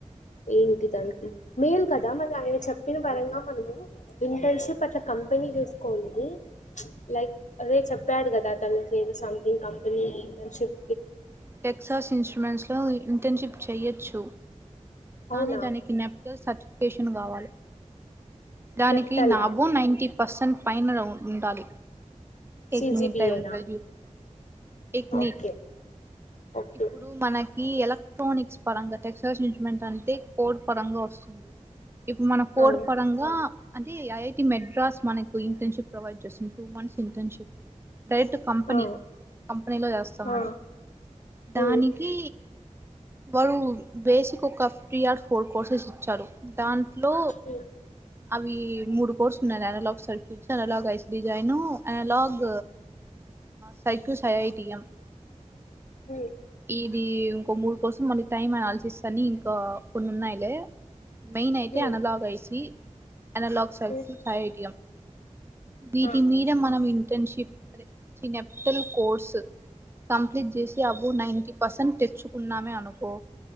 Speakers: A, on the left; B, on the right.
A: ఏంటి తననికి మెయిన్ కదా మరి ఆయన చెప్పిన పరంగా మనము ఇంటర్న్షిప్ అట్లా కంపెనీ చూసుకోనీ లైక్ అదే చెప్పాడు కదా తను some company internship
B: Texas Instruments లో ఇంటర్న్షిప్ చెయొచ్చు కానీ
A: అవునా
B: దానికి నెప్టల్ సర్టిఫికేషన్ కావాలి దానికి
A: నెప్టలా
B: నాబో నైన్టీ పర్సంట్ ఫైనల్ లో ఉండాలి ఎగ్నిట్
A: సిజిపిఏనా
B: టై వాల్ యు ఎగ్నిట్
A: ఓకే ఓకే
B: ఇప్పుడు మనకి ఎలక్ట్రానిక్స్ పరంగా టెక్స్టైల్స్ ఇన్స్ట్రుమెంట్ అంటే కోడ్ పరంగా వస్తుంది ఇప్పు మన కోడ్
A: ఆ
B: పరంగా అంటే ఐటి మెడ్రాస్ మనకు ఇంటర్న్షిప్ ప్రొవైడ్ చేస్తుాంది టూ మంత్స్ ఇంటర్న్షిప్ క డైరెక్ట్ కంపెనీ
A: ఆ
B: కంపెనీలో చేస్తాం
A: ఆ
B: మనం దానికి
A: ఉమ్
B: వారు బేసిక్ ఒక త్రీ ఆర్ ఫోర్ కోర్సెస్ ఇచ్చారు దాంట్లో
A: ఉమ్
B: అవి మూడు కోర్స్ ఉన్నారు అనలాగ్ సెల్ఫ్ డిజ్ అనలాగ్ ఐసిడి జాయిన్ అనలాగ్ సైకు సయైటిఎం
A: ఉమ్
B: ఇది ఇంకోముూడు కోసం మళ్ళీ టైమ్ అనాలిసిస్ అని ఇంకా కొన్ని ఉన్నాయిలే మెయిన్ అయితే
A: ఉమ్ ఉమ్
B: అనలాగ్ ఐసి అనలాగ్ సై
A: ఉమ్,
B: ఐఐటీయమ్ వీటి
A: ఆ
B: మీద మనం ఇంటర్న్షిప్ అదే ఈ నెప్టల్ కోర్సు కంప్లీట్ చేసి అబో నైన్ంటి పర్సెంట్ తెచ్చుకున్నామే అన్ అనుకో